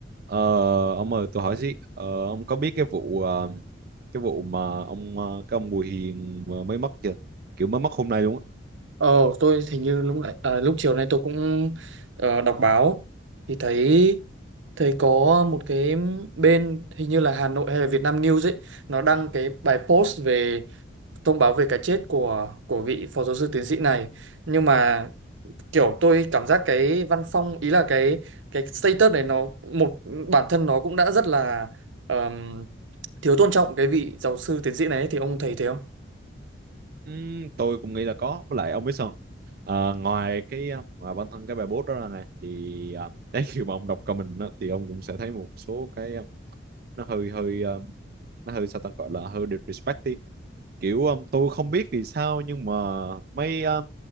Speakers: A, on the right; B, on the right.
A: Ờ, ông ơi tôi hỏi xí ờ, ông có biết cái vụ ờ, cái vụ mà ông ờ, cái ông Bùi Hiền mà mới mất chưa kiểu mới mất hôm nay luôn á
B: Ờ, tôi hình như lúc nãy, à, lúc chiều nay tôi cũng ờ, đọc báo thì thấy thấy có một cái bên hình như là Hà Nội hay là Việt Nam News ấy nó đăng cái bài post về thông báo về cái chết của của vị phó giáo sư tiến sĩ này nhưng mà kiểu tôi cảm giác cái văn phong ý là cái cái status này nó một bản thân nó cũng đã rất là ờm, thiếu tôn trọng cái vị giáo sư tiến sĩ này ấy. thì ông thấy thế không?
A: Ừm, tôi cũng nghĩ là có với lại ông biết sao không? Ờ, ngoài cái ờ, ngoài bản thân cái bài post đó ra này thì ờ, <laughs> đấy khi mà ông đọc comment đó, thì ông cũng sẽ thấy một số cái ờ, nó hơi hơi ờ, nó hơi sao ta gọi là hơi disrespect đi kiểu ờ, tôi không biết vì sao nhưng mà mấy ờ,